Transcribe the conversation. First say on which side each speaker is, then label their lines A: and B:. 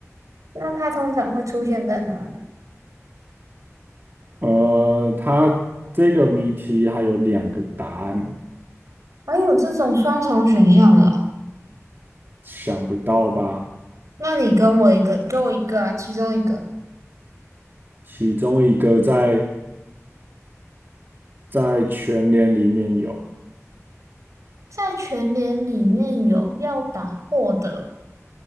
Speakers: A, on the right; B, on the right.
A: 那它通常会出现在哪里？
B: 呃，它这个谜题还有两个答案，
A: 还有这种双重选项的哦
B: 想不到吧？
A: 那你跟我一个，给我一个啊，其中一个，
B: 其中一个在在全联里面有
A: 在全联里面有要打货的，